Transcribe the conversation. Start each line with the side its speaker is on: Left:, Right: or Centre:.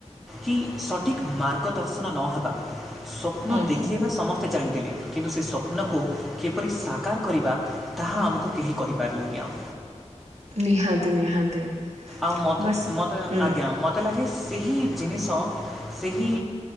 Centre: କି ସଠିକ୍ ମାର୍ଗଦର୍ଶନ ନହେବା ସ୍ୱପ୍ନ
Right: ହୁଁ
Centre: ଦେଖେଇବା ସମସ୍ତେ ସେ ଚାହିଁଥିଲେ କିନ୍ତୁ ସେ ସ୍ୱପ୍ନକୁ କିପରି ସାକାର କରିବା ତାହା ଆମକୁ କୁ କେହି କହିପାରିଲିନି ଆଉ।
Right: ନିହାତି ନିହାତି।
Centre: ଆଉ ମତେ
Right: ବାସ୍
Centre: ମତେ
Right: ହୁଁ
Centre: ଆଜ୍ଞା ମତେ। ମୋତେ ଲାଗେ ସେହି ଜିନିଷ ସେହି